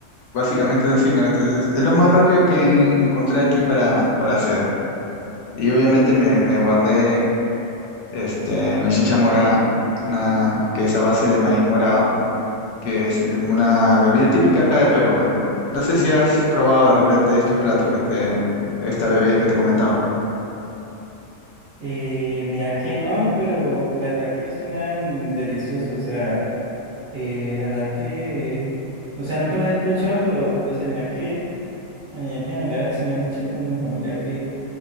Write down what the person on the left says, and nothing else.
Básicamente es así, ¿no? Entonces, es lo más rápido que en- encontré aquí para, para hacer. Y obviamente me, me guardé este, mi chicha mora, una, que es a base de maíz morado, que es una bebida típica acá de Perú, ¿no? No sé si has probado de repente estos platos que te, esta bebida que te he comentado.